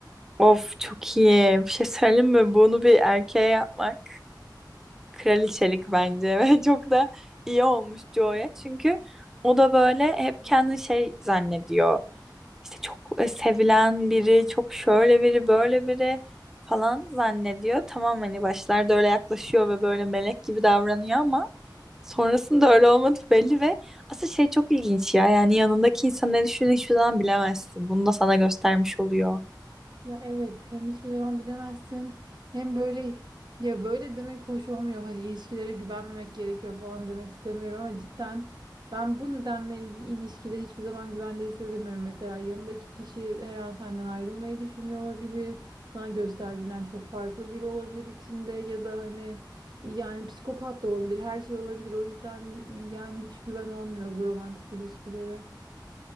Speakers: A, in the centre; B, on the right.
A: Of çok iyi. Bir şey söyleyeyim mi? Bunu bir erkeğe yapmak kraliçelik bence <laughs> ve çok da iyi olmuş Joe'ya. Çünkü o da böyle hep kendini şey zannediyor. işte çok e, sevilen biri, çok şöyle biri, böyle biri falan zannediyor. Tamam hani başlarda öyle yaklaşıyor ve böyle melek gibi davranıyor ama sonrasında öyle olmadı belli ve asıl şey çok ilginç ya. Yani yanındaki insan ne düşündüğünü hiçbir zaman bilemezsin. Bunu da sana göstermiş oluyor.
B: Ya evet hem hiçbir zaman bilemezsin hem böyle ya böyle demek hoş olmuyor hani ilişkilere güvenmemek gerekiyor falan demek istemiyorum ama cidden ben bu nedenle bir ilişkide hiçbir zaman güvende hissedemiyorum. Mesela yanındaki kişi her an senden ayrılmayı düşünüyor olabilir. Sana gösterdiğinden çok farklı biri olabilir içinde ya da hani yani psikopat da olabilir her şey olabilir. O yüzden yani hiç güven olmuyor bu romantik ilişkilere.